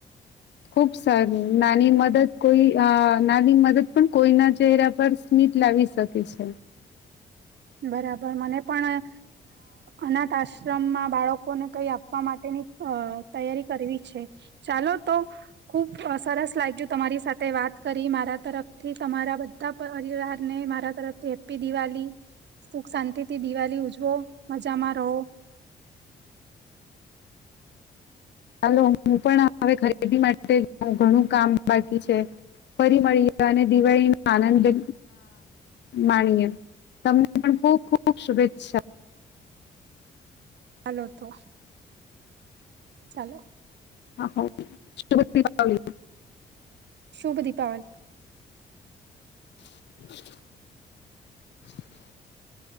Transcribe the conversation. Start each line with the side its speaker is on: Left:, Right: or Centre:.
Left: ખુબ સારું નાની મદદ કોઈ નાની મદદ પણ કોઈના ચહેરા પર સ્મિત લાવી શકે છે.
Right: બરાબર મને પણ અનાથ આશ્રમમાં બાળકોને કઈ આપવા માટેની તૈયારી કરવી છે, ચાલો તો ખુબ સરસ લાગ્યું તમારી સાથે વાત, કરી મારા તરફથી તમારા બધા પરિવારને મારા તરફથી હેપી દિવાલી. સુખ શાંતિ થી દિવાળી ઉજવો મજામાં રહો.
Left: ચાલો હું પણ હવે ખરીદી માટે ઘણું કામ બાકી છે, ફરી મળીએ અને દિવાળી નો આનંદ માણીએ તમને પણ ખબ ખૂબ શુભેચ્છા.
Right: ચાલો તો ચાલો.
Left: હા શ <unintelligible>
Right: શુભદીીપાલ.
Left: <inaudible>